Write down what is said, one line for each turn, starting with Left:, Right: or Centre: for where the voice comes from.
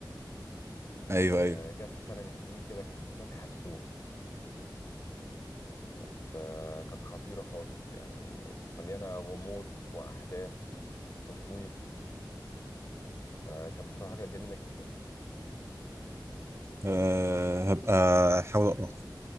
Left: كانت
Right: ايوه
Left: آه،
Right: ايوه
Left: جت في سنة من السنين كده كانت مكتسحة السوق كانت آه، كانت خطيرة خالص يعني مليانة غموض وأحداث وتشويق فكانت بصراحة كانت جميلة جدا
Right: أه هبقى احاول اقراها